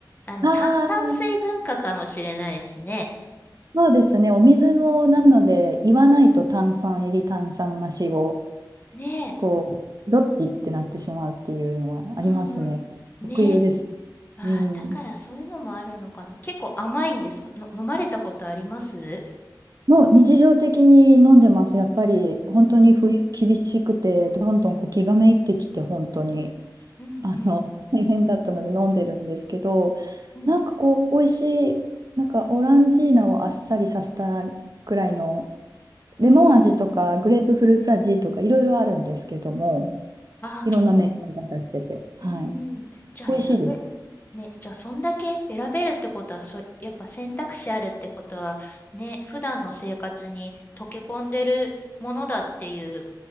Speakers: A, on the left (about 25°); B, on the right (about 55°).
A: あの、
B: ああ、
A: 炭酸水文化かもしれないですね。
B: そうですね。お水も、なので、言わないと炭酸入り、炭酸なしを、
A: ねえ。
B: こう、どっちってなってしまうっていうのはありますね。
A: うんうん。ねえ。
B: 特有です。
A: ああ、
B: うん。
A: だからそういうのもあるのかな。結構甘いんですかの、飲まれたことあります
B: もう日常的に飲んでます。やっぱり本当に冬厳しくて、
A: うん、
B: どんどんこう気がめいってきて、本当に。
A: うん、うん、
B: あの、<laughs> 大変だったので飲んでるんですけど、
A: うん。
B: なんかこう、美味しい、なんかオランジーナをあっさりさせたくらいの、レモン味とかグレープフルーツ味とかいろいろあるんですけども、
A: ああ、
B: いろんなメーカーが出してて、
A: 結構
B: はい。
A: うんうん。じゃあ選べ、
B: 美味しいです
A: ね、じゃあそんだけ選べるってことは、そ、やっぱ選択肢あるってことは、ね、普段の生活に溶け込んでるものだっていう